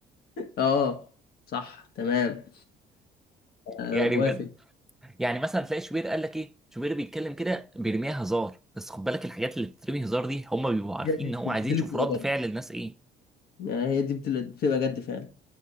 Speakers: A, on the left; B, in the centre.
A: اه صح تمام انا
B: يعني
A: موافق
B: بجد يعني مثلا تلاقي شوبير قال لك ايه شوبير بيتكلم كده بيرميها هزار بس خد بالك الحاجات اللي بتترمي هزار دي هم بيبقوا عارفين
A: هي دي
B: ان هو
A: دي
B: عايزين
A: اللي
B: يشوفوا
A: بتبقى
B: رد فعل
A: جد
B: الناس ايه
A: يعني هي دي بتل- بتبقى جد فعلا